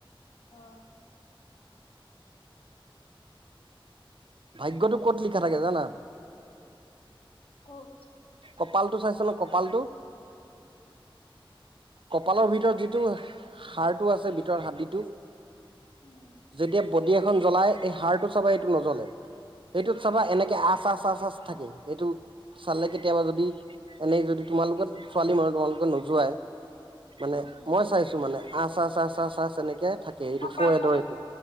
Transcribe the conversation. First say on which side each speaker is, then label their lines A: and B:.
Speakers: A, on the left; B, on the right.
A: অ'
B: ভাগ্যতো ক'ত লিখা থাকে জানা?
A: ক'ত?
B: কপালটো চাইছ নে কপালটো? কপালৰ ভিতৰত যিটো হাৰটো আছে ভিতৰ হাৰড়িটো।
A: উম।
B: যেতিয়া বডি এখন জ্বলাই, এই হাড়টো চাব এইটো নজ্বলে এইটো চাবা এনেকে আচ আচ আচ আচ থাকে সেইটো চালেকে কেতিয়াবা যদি এনেই যদি তোমালোকেত ছোৱালী মানুহ তোমালোকে নোযোৱাই মানে
A: উম
B: মই চাইছো মানে আচ আচ আচ এনেকে থাক কে এইটো
A: কপাল
B: ফৰহেদৰ
A: খনত
B: এইটো